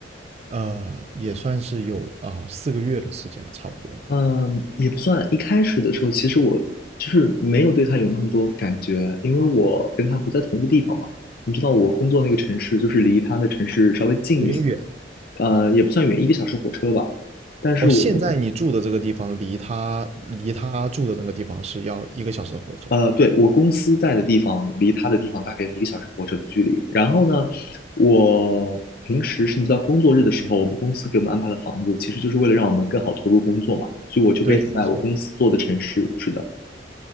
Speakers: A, on the right; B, on the left.
A: 呃，也算是有啊四个月的时间了，差不多嘛，
B: 嗯，也不算。一开始的时候，其实我就是没有对他有那么多感觉，因为我跟他不在同一个地方嘛。你知道，我工作那个城市就是离他的城市稍微近一些，
A: 有点远。
B: 呃，也不算远，一个小时火车吧。但是我，
A: 哦，现在你住的这个地方离他离他住的那个地方是要一个小时的火车。
B: 呃，对，我公司在的地方离他的地方大概有一个小时火车的距离。然后呢，我平时甚至到工作日的时候，我们公司给我们安排了房子，其实就是为了让我们更好投入工作嘛。所以我就
A: 对，
B: base
A: 没错。
B: 在我公司做的城市，是的。